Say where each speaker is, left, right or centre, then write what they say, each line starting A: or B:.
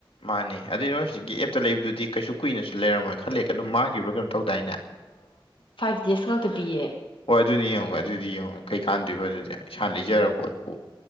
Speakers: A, on the left (about 85°); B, on the left (about 65°).
A: ꯃꯥꯅꯦ ꯑꯗꯨꯏ ꯅꯣ ꯍꯧꯖꯤꯛꯀꯤ ꯑꯦꯞꯇ ꯂꯩꯕꯗꯨꯗꯤ ꯀꯩꯁꯨ ꯀꯨꯏꯅꯁꯨ ꯂꯩꯔꯝꯃꯣꯏ ꯈꯜꯂꯦ ꯀ ꯑꯗꯨꯝ ꯃꯥꯡꯈꯤꯕ꯭ꯔꯥ ꯀꯩꯅꯣ ꯇꯧꯗꯥꯏꯅꯦ
B: ꯐꯥꯏꯚ ꯗꯦꯖ ꯉꯇ ꯄꯤꯌꯦ
A: ꯍꯣꯏ ꯑꯗꯨꯅꯤ ꯌꯦꯡꯉꯒꯦ ꯑꯗꯨꯗꯤ ꯌꯦꯡꯉꯦ ꯀꯩꯀꯥꯟꯗ꯭ꯔꯤꯕ ꯑꯗꯨꯗꯤ ꯏꯁꯥꯅ ꯂꯩꯖꯔ ꯄꯣꯠꯄꯨ